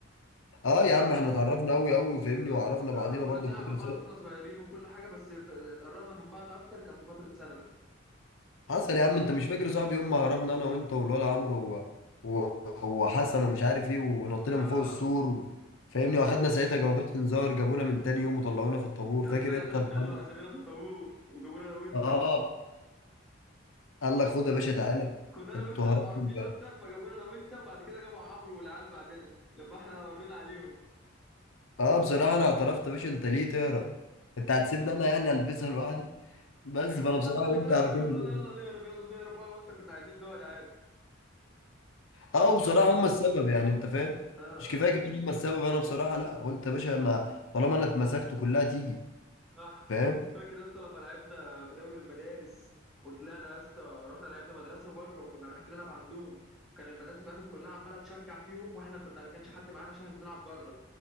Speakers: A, on the left; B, in the centre.
A: اه يا عم احنا اتعرفنا قوي قوي وفهمني وعرفنا بعضينا
B: آه كنا
A: برضو
B: بنلعب
A: في فتره
B: مع بعض واحنا صغيرين وكل حاجه بس في... اتقربنا من بعض اكتر كان في فتره ثانوي
A: حصل يا عم انت مش فاكر صاحبي يوم ما هربنا انا وانت والولا عمرو و... و... وحسن ومش عارف ايه ونطينا
B: اه
A: من فوق السور و... فاهمني واخدنا ساعتها جوابات انذار جابونا من تاني يوم وطلعونا في الطابور
B: يا
A: فاكر
B: اسطى نادوا
A: انت الحوار
B: نادوا
A: ده؟
B: اسامينا في الطابور وجابونا انا وانت
A: اه قال لك خد يا باشا تعالى
B: كنا انا
A: انتوا
B: وانت اللي
A: هربتوا
B: معروفين
A: امبارح
B: اكتر فجابونا انا وانت وبعد كده جابوا عمرو والعيال بعدنا لما احنا ورينا عليهم
A: اه بصراحه انا اعترفت يا باشا انت ليه تهرب انت هتسيبني انا يعني البسها لوحدي بس فانا
B: هم
A: بصراحه
B: اصلا اللي
A: قلت
B: كانوا
A: على
B: عمالين
A: كل اللي
B: يقولوا لنا يلا نهرب يلا نهرب وانا وانت كنا عايزين نقعد عادي
A: اه بصراحه هم السبب يعني انت فاهم
B: اه
A: مش كفايه كمان هم السبب انا بصراحه لا وانت يا باشا ما طالما انا اتمسكت كلها تيجي
B: صح
A: فاهم
B: فاكر يا اسطى لما لعبنا في دوري المدارس وطلعنا يا اسطى رحنا لعبنا مدرسه بره وكنا رايحين بنلعب عندهم كان المدرسه بتاعتهم كلها عماله تشجع فيهم واحنا كنا كانش حد معانا عشان إحنا بنلعب بره